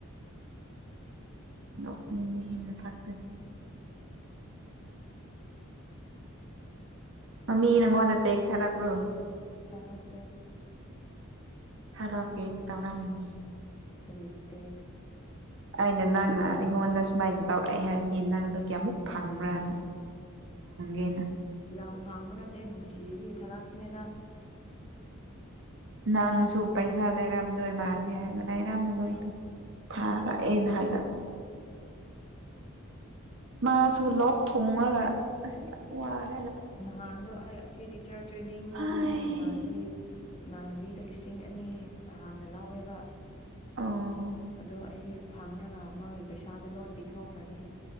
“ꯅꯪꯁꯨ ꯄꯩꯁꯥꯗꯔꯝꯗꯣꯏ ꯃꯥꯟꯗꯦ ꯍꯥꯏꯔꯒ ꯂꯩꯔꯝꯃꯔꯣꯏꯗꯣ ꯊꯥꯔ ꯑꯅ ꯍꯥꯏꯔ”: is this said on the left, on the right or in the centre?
Right